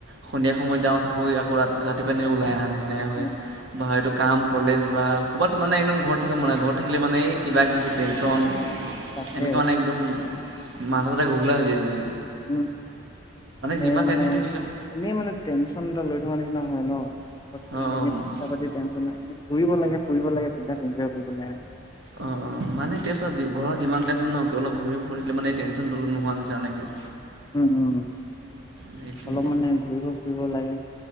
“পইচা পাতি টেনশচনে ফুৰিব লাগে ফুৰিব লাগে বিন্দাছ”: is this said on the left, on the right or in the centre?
Left